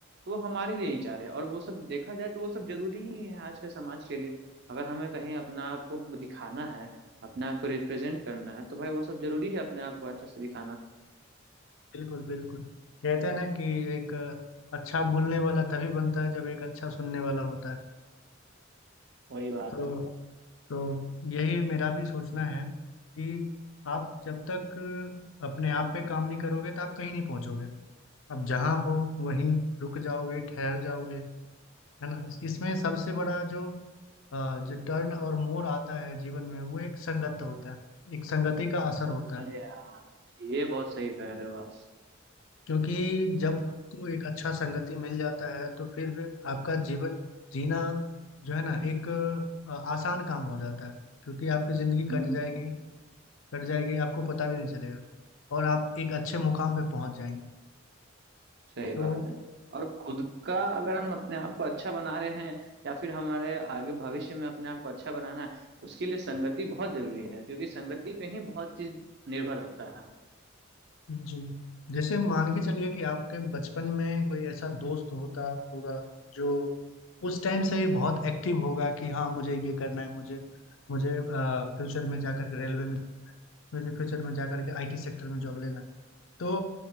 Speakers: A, on the right; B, on the left.
A: तो वो हमारे लिए ही चाह रहे हैं और वो सब देखा जाए तो वो सब जरूरी ही है आज के समाज के लिए अगर हमें कहीं अपना आप को दिखाना है अपने आप को रिप्रेजेंट करना है तो भाई वो सब जरूरी है अपने आप को अच्छा से दिखाना
B: बिल्कुल बिल्कुल कहते हैं ना कि एक अच्छा बोलने वाला तभी बनता है जब एक अच्छा सुनने वाला होता है
A: वही बात
B: तो
A: है
B: तो यही मेरा भी सोचना है कि आप जब तक अपने आप पे काम नहीं करोगे तो आप कहीं नहीं पहुंचोगे अब जहां हो वहीं रुक जाओगे ठहर जाओगे है ना इसमें सबसे बड़ा जो अ, जो टर्न और मोड़ आता है जीवन में वो एक संगत होता है एक संगति का असर होता है
A: अरे यार ये बहुत सही कह रहे हो आप
B: क्योंकि जब आपको एक अच्छा संगति मिल जाता है तो फिर आपका जीवन जीना जो है ना एक अ, आसान काम हो जाता है क्योंकि आपकी जिंदगी कट
A: हम्म
B: जाएगी कट जाएगी आपको पता भी नहीं चलेगा और आप एक अच्छे मुकाम पे पहुंच जाएंगे
A: सही
B: तो
A: बात है और खुद का अगर हम अपने आप को अच्छा बना रहे हैं या फिर हमारे आगे भविष्य में अपने आप को अच्छा बनाना है उसके लिए संगति बहुत जरूरी है क्योंकि संगति पे ही बहुत चीज निर्भर होता है
B: जी जैसे मान के चलिए कि आपके बचपन में कोई ऐसा दोस्त होता होगा जो उस टाइम से ही बहुत एक्टिव होगा कि हाँ मुझे ये करना है मुझे मुझे फ्यूचर में जाकर के रेलवे में जॉब मुझे फ्यूचर में जाकर के आईटी सेक्टर में जॉब लेना है। तो